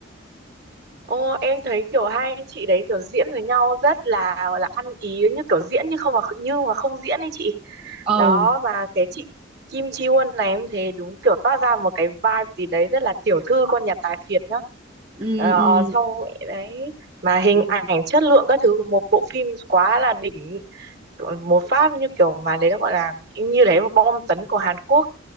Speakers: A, on the right; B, on the right.
A: ô em thấy kiểu hai anh chị đấy kiểu diễn với nhau rất là gọi là ăn ý như kiểu diễn như không mà như mà không diễn ấy chị
B: ừ
A: đó mà cái chị Kim Chi Won này em thấy đúng kiểu toát ra một cái vibe gì đấy rất là tiểu thư con nhà tài phiệt nhá
B: ừ
A: ờ,
B: ừ
A: xong đấy mà hình
B: ừ.
A: ảnh chất lượng các thứ của một bộ phim quá là đỉnh một phát như kiểu mà đấy nó gọi là như đấy một bom tấn của Hàn Quốc